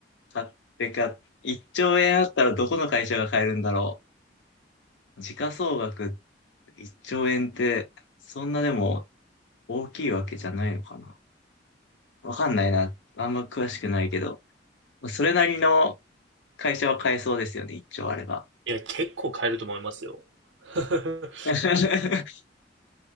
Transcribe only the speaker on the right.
いや、結構買えると思いますよ。<laughs>